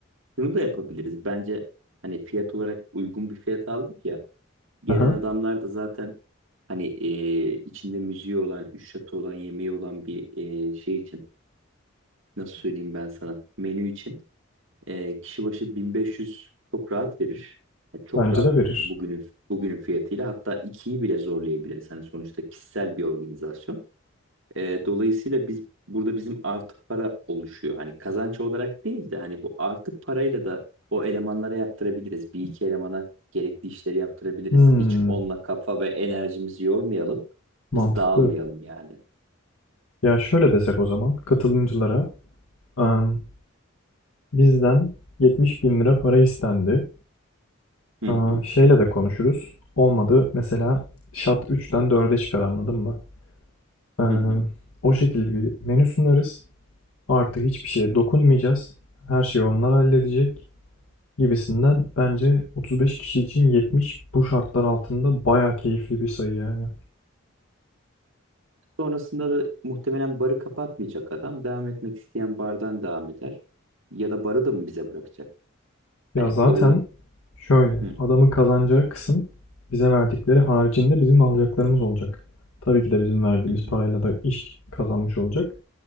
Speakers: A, on the right; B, on the left.
A: şunu da yapabiliriz. Bence hani fiyat olarak uygun bir fiyat aldık ya. Gelen
B: Aha,
A: adamlar da zaten hani e, içinde müziği olan, üç şatı olan, yemeği olan bir e, şey için nasıl söyleyeyim ben sana menü için e, kişi başı 1500 çok rahat verir. Yani çok
B: bence
A: rahat
B: de verir.
A: verir bugünün bugünün fiyatıyla hatta ikiyi bile zorlayabilir. Hani sonuçta kişisel bir organizasyon. E, dolayısıyla biz burada bizim artı para oluşuyor. Hani kazanç olarak değil de hani bu artı parayla da o elemanlara yaptırabiliriz. Bir iki elemana gerekli işleri yaptırabiliriz.
B: Hmm,
A: Hiç onunla kafa ve enerjimizi yormayalım.
B: mantıklı.
A: Biz dağılmayalım yani.
B: Ya şöyle desek o zaman katılımcılara em, bizden 70 bin lira para istendi.
A: Hı
B: Aa,
A: hı.
B: şeyle de konuşuruz. Olmadı mesela şat üç'ten dörde çıkar anladın mı? Em,
A: Hı hı.
B: o şekilde bir menü sunarız. artı hiçbir şeye dokunmayacağız. Her şeyi onlar halledecek gibisinden bence 35 kişi için 70 bu şartlar altında bayağı keyifli bir sayı yani.
A: Sonrasında da muhtemelen barı kapatmayacak adam. Devam etmek isteyen bardan devam eder. Ya da barı da mı bize bırakacak?
B: Ya
A: Hani
B: zaten
A: orayı...
B: şöyle
A: Hı,
B: adamın kazanacağı kısım bize verdikleri haricinde bizim alacaklarımız olacak. Tabii ki de bizim verdiğimiz
A: hı, hı,
B: parayla da iş kazanmış olacak.